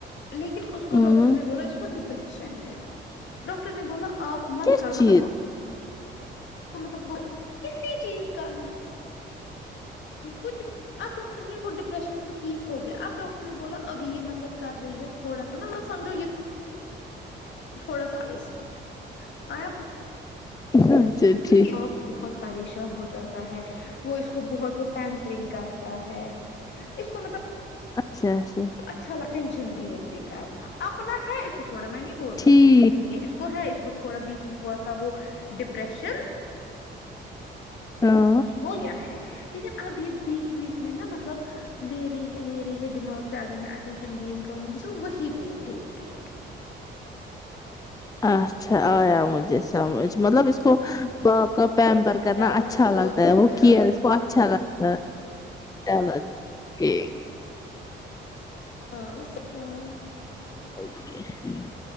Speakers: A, on the left; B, on the left.
A: لیکن اس کو
B: ہوں
A: ڈاکٹر نے بولا اس کو ڈ پیشن ہے ڈاکٹر نے بولا آپ مت
B: کس
A: کرو مطلب
B: چیز
A: اس تو مطلب ہو کسی چیز کا نہیں کچھ بھی اب ڈاکٹر نے وہ ڈپریشن اس کو ٹھیک ہو گیا اب ڈاکٹر نے بولا ابھی یہ مطلب کر رہی ہے تھوڑا سا نا مطلب سمجھو یہ تھوڑا سا اس میں آیا
B: اچھا
A: س
B: ٹھیک
A: کی اپ بہت پریشان ہو جاتے ہے وہ اس کو بہت وہ پیمپرنگ کرتا ہے اس کو مطلب
B: اچھا اچھا
A: اچھا لگتا ہے اٹینشن گین بھی کرنا اپنا ہے اس تھوڑا میں نہیں بول رہیوں
B: ٹھیک
A: اس کو کچھ نہیں ہے اس کو ہے اس کو تھوڑا بیچ میں ہوا تھا وہ ڈپریشن
B: ہاں
A: وہ یہ ہے لیکن اب یہ بیچ بیچ میں نا مطلب لے رہی ہے لے رہی ہے دماغ پہ اگر میں اٹینشن گین کروں گی تو وہی پہ یہ گرتی ہے
B: اچھا آیا مجھے سمجھ مطلب اس اس کو باپ کا پیمپر کرنا
A: چلو
B: اچھا
A: سو
B: لگتا
A: جاؤ
B: ہے وہ
A: پھر
B: کیئر
A: آپ
B: اس کو اچھا لگتا ہاں چولو ہی
A: <unintelligible>
B: اک <unintelligible>